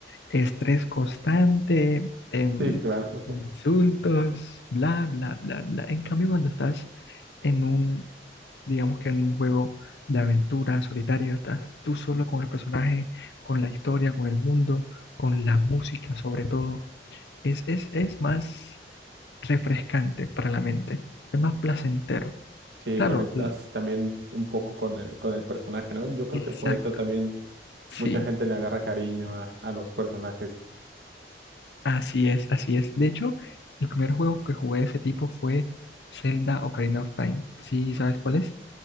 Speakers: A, on the left; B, on the right.
A: estrés constante, em,
B: Sí, claro.
A: insultos, bla, bla, bla, bla. En cambio, cuando estás en un digamos que en un juego de aventura solitario, estás tú solo con el personaje, con la historia, con el mundo, con la música sobre todo. Es, es, es más refrescante para la mente, es más placentero.
B: Sí,
A: Claro,
B: conectas
A: la-
B: también un poco con el, con el personaje, ¿no? Yo creo
A: exacto,
B: que por eso también
A: sí,
B: mucha gente le agarra cariño a, a los personajes.
A: así es, así es. De hecho, el primer juego que jugué de ese tipo fue Zelda Ocarina of Time. ¿Sí sabes cuál es?